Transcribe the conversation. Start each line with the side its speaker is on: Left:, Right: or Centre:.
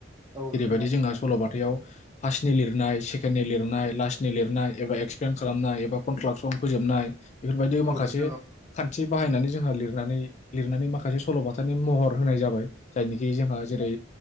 Right: औ
Left: जेरैबायदि
Right: नोंथां औ
Left: जोंहा स'लबथायाव फासनि लिर नाय सेकेडनि लिरनाय लास्टनि लिरनाय एबा एक्सप्लेन खालामनाय एबा कन्ट्राक्सन फोजोबनाय बेफोरबायदि माखासे
Right: औ नोंथां औ
Left: खान्थि थि बाहायनानै जोंहा लिरनानै लिरनानै माखासे सलबाथानि महर होनाय जाबाय । जायनिखि जोंहा जेरै